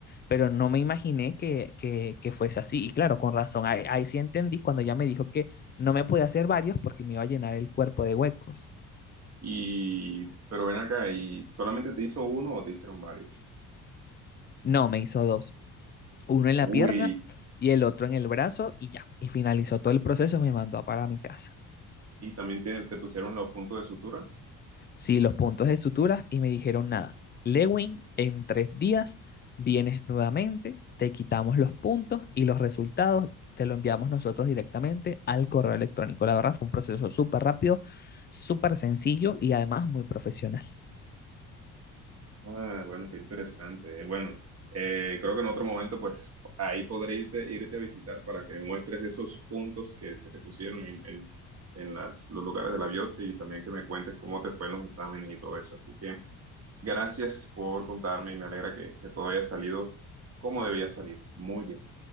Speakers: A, on the left; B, on the right.
A: pero no me imaginé que, que, que fuese así, y claro, con razón, ahí, ahí sí entendí cuando ya me dijo que no me pude hacer varios porque me iba a llenar el cuerpo de huecos.
B: Y, pero ven acá, ¿y solamente te hizo uno o te hicieron varios?
A: No, me hizo dos. Uno en la pierna
B: Uy,
A: y el otro en el brazo y ya. Y finalizó todo el proceso y me mandó para mi casa.
B: ¿y también te, te pusieron los puntos de sutura?
A: Sí, los puntos de suturas y me dijeron nada. Lewin, en tres días vienes nuevamente, te quitamos los puntos y los resultados te lo enviamos nosotros directamente al correo electrónico. La verdad fue un proceso súper rápido, súper sencillo y además muy profesional.
B: Ah, bueno, qué interesante. Eh, Bueno, eh, creo que en otro momento, pues ahí podré irte, irte a visitar para que me muestres esos puntos que, que te pusieron en, en- en las, los lugares de la biopsia y también que me cuentes cómo te fue en los exámenes y todo eso. Así que gracias por contarme y me alegra que, que todo haya salido como debía salir. Muy bien.